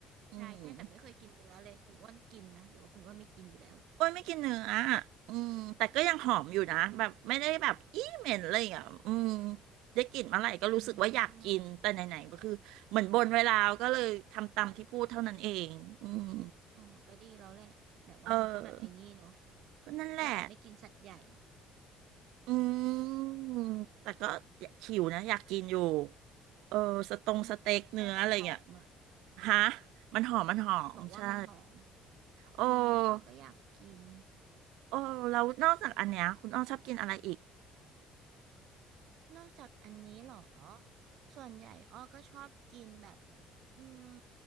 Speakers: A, on the right; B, on the right.
A: อืม
B: ใช่ใช่แต่ไม่เคยกินเนื้อเลยคุณอ้วนกินไหมหรือว่าคุณอ้วนไม่กินอยู่แล้ว
A: อ้วนไม่กินเนื้ออ่ะอืมแต่ก็ยังหอมอยู่นะแบบไม่ได้แบบอี้เหม็นเลยอ่ะอืม
B: อ๋อ
A: ได้กลิ่นเมื่อไหร่ก็รู้สึกว่าอยากกิน
B: อืม
A: แต่ไหนๆก็คือเหมือนบนไว้แล้วก็เลยทำตามที่พูดเท่านั้นเองอืม
B: อ๋อก็ดีแล้วแหละแบบว่ามันก็แบบไอ้นี่เนาะ
A: เออก็นั่นแหละ
B: ก็แบบไม่กินสัตว์ใหญ่
A: อืมแต่ก็หิวนะอยากกินอยู่เออสตงสเต็กเนื้ออะไรเงี้ย
B: อืมใช่มันหอมอ่ะ
A: ฮะมันหอมมันหอมใช่
B: บอกว่ามันหอม
A: โอ้
B: อืมอ้อก็อยากกิน
A: โอ้แล้วนอกจากอันเนี้ยคุณอ้อชอบกินอะไรอีก
B: นอกจากอันนี้เหรอส่วนใหญ่อ้อก็ชอบกินแบบอืม